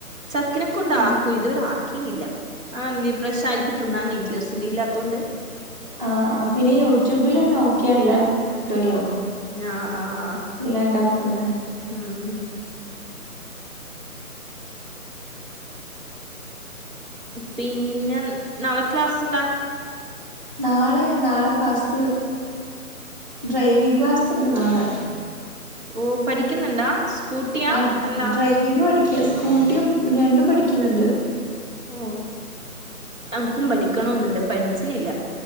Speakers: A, on the right; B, on the right.
A: ചക്കനൊക്കെ ഉണ്ട
B: അല്ല
A: ആക്കൂ ഇത് വരെ - ക്കില്ല ആ ഇപ്രാവശ്യം ആരിക്കും തിന്നാൻ കഴിട്ടില്ല സുഖം ഇല്ലാത്തൊണ്ട്
B: ആ ആ പിന്നെ യൂട്യൂബില് നോക്കിയാ എല്ലാം കിട്ടുവല്ലോ
A: ആഹ് ആഹ്
B: ഇല്ല ഇണ്ടാക്കുന്ന
A: ഉം പിന്നെ നാളെ ക്ലാസ്സ്ട്ടാ
B: നാളെ നാളെ ക്ലാസ്സ്ത്ത് ഡ്രൈവിംഗ ക്ലാസ്സ് ഉണ്ട് നാളെ
A: ഓ പഠിക്കുന്നുണ്ടാ സ്കൂട്ടിയാ
B: ആഹ്
A: അല്ലാ
B: ഡ്രൈവിംഗ് പഠിക്ക സ്കൂട്ടിയും രണ്ടും പഠിക്കുന്നുണ്ട്
A: ഓ എനക്കും പഠിക്കണ ഒന്നുണ്ട് പഠിച്ചിനില്ല